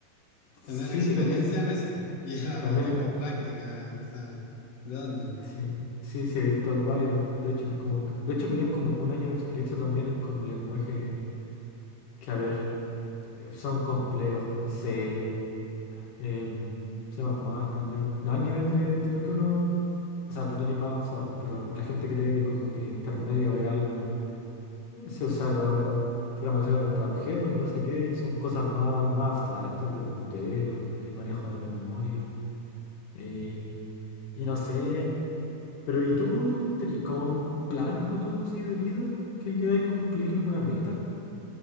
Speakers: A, on the left; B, on the left.
A: Tener
B: sí,
A: experiencia
B: sí, también,
A: en eso. <laughs> Y era algo
B: también,
A: tipo
B: eh,
A: práctica. O sea, ¿de dónde?
B: sí, sí, sí, he visto varios, de hecho, como, que- de hecho pedían como un año de experiencia también en como lenguaje que, a ver, eh, son complejos, C, em, C++ también, no al nivel de, de lo que uno, o sea, tú tenés más avanzado, pues, pero la gente cree que como que intermedio es algo <laughs> Se usaron programación orientada a objetos, no sé qué, y son cosas más, más abstractas, de punteros, de manejo de memoria, eh, y no sé. Pero ¿y tú, tú tenías como un plan a futuro así de vida? ¿Que queráis cumplir alguna meta?